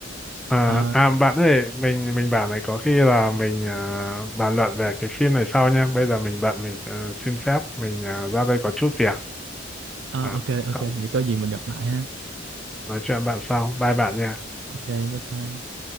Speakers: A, in the centre; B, on the right.
A: à,
B: ờ,
A: à bạn ơi mình mình bảo này có khi là mình à, bàn luận về cái phim này sau nha bây giờ mình bận mình à, xin phép mình à, ra đây có chút việc
B: ờ,
A: à,
B: ok ok
A: sau,
B: vậy có gì mình gặp lại ha
A: nói chuyện bạn sau bye bạn nha
B: ok bye bye